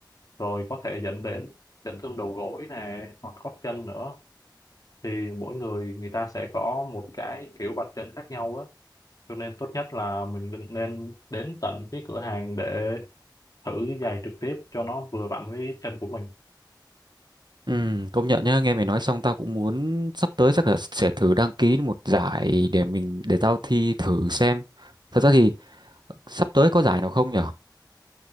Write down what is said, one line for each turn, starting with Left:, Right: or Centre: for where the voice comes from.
Left: rồi có thể dẫn đến chấn thương đầu gối nè hoặc gót chân nữa thì mỗi người người ta sẽ có một cái kiểu bật chân khác nhau á cho nên tốt nhất là mình nên nên đến tận cái cửa hàng để thử giày trực tiếp cho nó vừa vặn với chân của mình
Right: ừ công nhận nhá nghe mày nói xong tao cũng muốn sắp tới chắc là sẽ thử đăng ký một giải để mình để tao thi thử xem thật ra thì sắp tới có giải nào không nhở